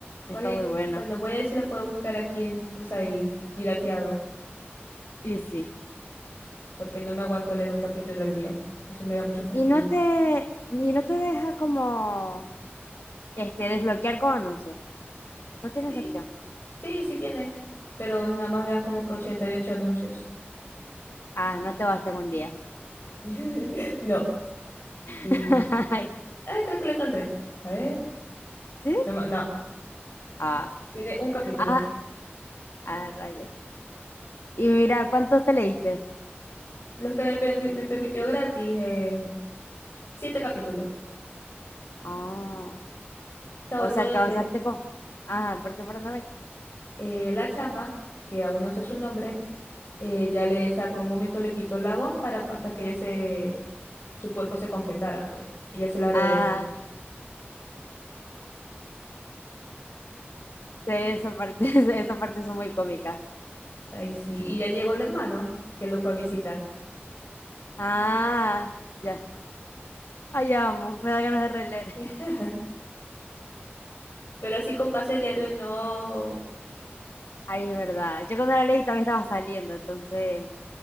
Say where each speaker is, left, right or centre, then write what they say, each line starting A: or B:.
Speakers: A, on the left; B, on the left.
A: Está
B: Va bien,
A: muy bueno.
B: bueno, voy a ver si la puedo buscar aquí en, tú sabes, ahí, pirateado,
A: Y sí.
B: porque no me aguanto leer un capítulo al día. Eso me da mucho fastidio.
A: Y no te, y no te deja como este desbloquear con anuncios. No tienes
B: Sí,
A: acción.
B: sí, sí tiene. Pero nada más me dan como que 88 anuncios.
A: Ah, no te basta con un día.
B: <laughs> No.
A: <laughs>
B: eh,
A: Ay,
B: Ah, creo que la encontré. A ver.
A: ¿Sí?
B: No, ma- no,
A: Ah,
B: tiene un capítulo.
A: ah, ah, rayos. Y mira, ¿cuántos te leíste?
B: Los que me, per- me permitió gratis, eh, siete capítulos. O
A: Ah.
B: sea, voy
A: O
B: por
A: sea,
B: donde
A: que avanzaste con... Ah, ¿por qué para no ver?
B: eh, la chama, que aún no sé su nombre, eh, ya le, o sea, por un momento le quitó la voz para hasta que ella se, su cuerpo se completara, pues. Y ya se la regresó.
A: Ah, sí, esa parte, <laughs> esa parte son muy cómicas.
B: Ahí sí. Y ya llegó el hermano que lo fue a visitar.
A: Ah, ya. Ah, ya vamos, me da ganas de releer.
B: <laughs> Pero así con pase diario no.
A: Ay, es verdad. Yo cuando la leí todavía estaba saliendo, entonces...